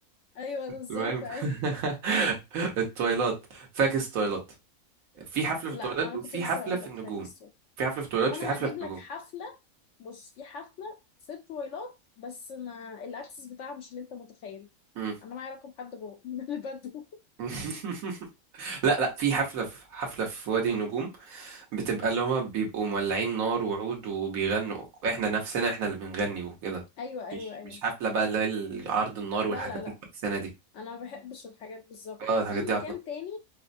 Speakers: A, on the left; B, on the right.
A: ايوه ده بالظبط
B: المهم
A: ايوه
B: <laughs> التويلات فاكس تويلات في
A: <laughs>
B: حفلة في
A: لا
B: التويلات
A: انا
B: وفي
A: كنت لسه
B: حفلة
A: هقول
B: في
A: لك
B: النجوم
A: فاكس
B: في حفلة في التويلات
A: طب انا
B: وفي حفلة
A: هجيب
B: في
A: لك
B: النجوم
A: حفله بص في حفله في طويلات بس ما الاكسس بتاعها مش اللي انت متخيل
B: مم.
A: انا معايا رقم حد جوه <laughs> من البدو
B: <laughs> لا لا في حفلة في حفلة في وادي النجوم بتبقى اللي هما بيبقوا مولعين نار وعود وبيغنوا احنا نفسنا احنا اللي بنغني وكده
A: ايوه
B: مش
A: ايوه ايوه
B: مش حفلة بقى اللي هي عرض النار
A: لا
B: والحاجات
A: لا لا
B: الفكسانة دي
A: انا ما بحبش الحاجات بالظبط
B: اه الحاجات
A: في مكان
B: دي
A: تاني